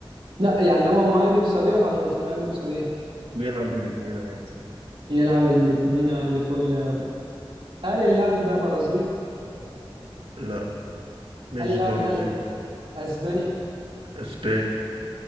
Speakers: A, on the right; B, on the right.
A: لا يعني هو مهاجم صريح ولا مش مهاجم صريح؟
B: بيلعب الاتنين عادي
A: يلعب الاتنين عادي فل أوي هل اللاعب ده برازيلي؟
B: لا مش
A: هل اللاعب
B: برازيل
A: ده اسباني؟
B: اسباني